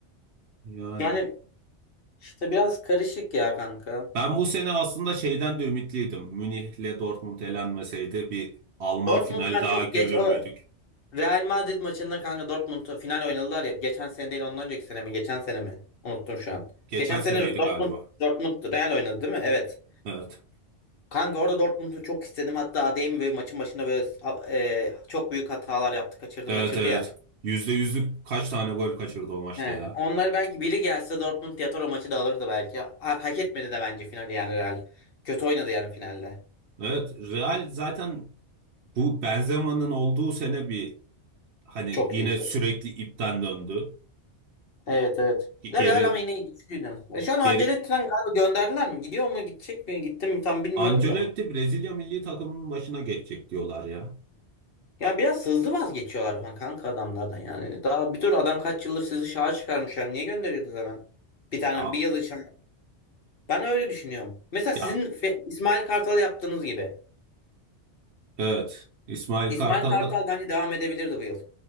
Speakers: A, on the right; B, on the left.
A: Yani.
B: Yani işte biraz karışık ya kanka.
A: Ben bu sene aslında şeyden de ümitliydim. Münih'le Dortmund elenmeseydi bir Alman
B: Dortmund
A: final
B: ben
A: daha
B: çok
A: görür
B: geç o
A: müydük?
B: Real Madrid maçında kanka Dortmund'u final oynadılar ya. Geçen sene değil ondan önceki sene mi? Geçen sene mi? Unuttum şu an.
A: Geçen
B: Geçen
A: seneydi
B: sene Dortmund,
A: galiba.
B: Dortmund Real oynadı değil mi? Evet.
A: Evet.
B: Kanka orada Dortmund'u çok istedim. Hatta Adeyemi böyle maçın başında böyle e, çok büyük hatalar yaptı. Kaçırdı
A: Evet
B: maçırdı
A: evet.
B: ya.
A: Yüzde yüzlük kaç tane gol kaçırdı o maçta
B: He.
A: ya.
B: Onları belki biri gelse Dortmund Yatoro maçı da alırdı belki. Ha- hak etmedi de bence finali yani Real. Kötü oynadı yani finalde.
A: Evet. Real zaten bu Benzema'nın olduğu sene bir hani
B: Çok
A: yine
B: iyi.
A: sürekli ipten döndü.
B: Evet evet. Ya
A: Geri
B: Real ama yine güçlüydü. E şu an Ancelotti'den
A: geri
B: galiba gönderdiler mi? Gidiyor mu gidecek mi? Gitti mi tam bilmiyorum
A: Ancelotti
B: da.
A: Brezilya milli takımının başına geçecek diyorlar ya.
B: Yani biraz hızlı vazgeçiyorlar ama kanka adamlardan yani. Daha bir tür adam kaç yıldır sizi şaha çıkarmış yani. Niye gönderiyordu zaman? Bir tane
A: Ya,
B: bir yıl için. Ben öyle düşünüyorum. Mesela sizin
A: ya
B: Fe- İsmail Kartal'ı yaptığınız gibi.
A: evet. İsmail
B: İsmail
A: Kartal'ı
B: Kartal bence devam edebilirdi bu yıl.